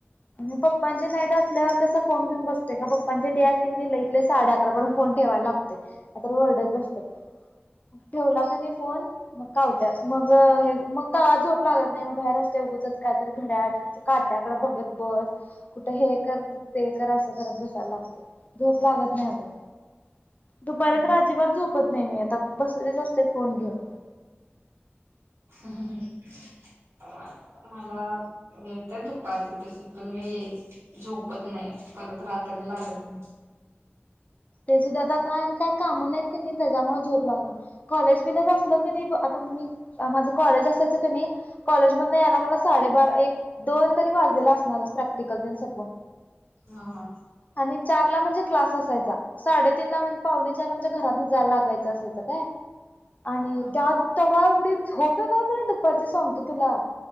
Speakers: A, on the left; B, on the right.
A: आणि पप्पांचे नाईट असल्यावर कसं फोन घेऊन बसते का पप्पांचे डे असली की ते लईत लई साडे अकरा पर्यंत फोन ठेवाय लागतो. आता ओरडत बसतात ठेवला का नाही फोन. मग कावत्यात मग हे मग तवा झोप लागत नाही मग बाहेर असते उगंच काय तर घड्याळ. काट्याकडे बघत बस कुठं हे कर ते कर असं करत बसायला लागत. झोप लागत नाही अगं दुपारी
B: हा.
A: तर. अजिबात झोपत नाही मी आता बसलेकी असते फोन घेऊन.
B: <unintelligible> मला येतं दुपारची तशी पण मी येईन. झोपत नाही परत रात्री लागत नाही.
A: ते सुद्धा आता काय काय कामं नाहीत की नाही त्याच्यामुळे झोप लागणा. कॉलेज बीलेज असलं की नाही आता मी माझं कॉलेज असायचं क नाही. कॉलेज मधन यायला मला साडेबारा एक. दोन तरी वाजलेला असणारच प्रॅक्टिकल ते सपून.
B: हा हा.
A: आणि चारला म्हणजे क्लास असायचा. साडेतीन ला म्हणजे पावणेचार ला म्हणजे घरातन जायलागायचं असायचं काय. आणि
B: हा
A: त्यात तवा एवढी झोप येणार की नाही दुपारची सांगतो तुला.